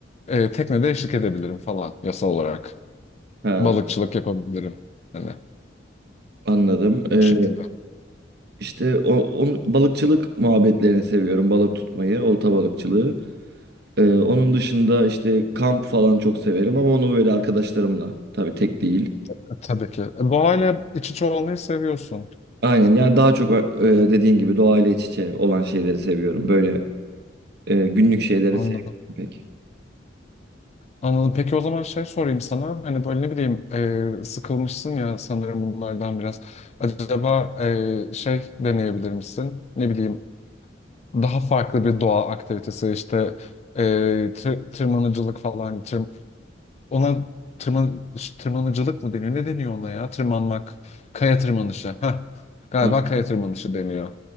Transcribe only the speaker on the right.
Ha,
anladım. E,
işte o, on, balıkçılık muhabbetlerini seviyorum. Balık tutmayı, olta balıkçılığı. E, onun dışında işte kamp falan çok severim ama onu böyle arkadaşlarımla. Tabii tek değil.
Aynen yani daha çok e, dediğin gibi doğayla iç içe olan şeyleri seviyorum. Böyle e, günlük şeyleri
sevmiyorum pek.
Ah,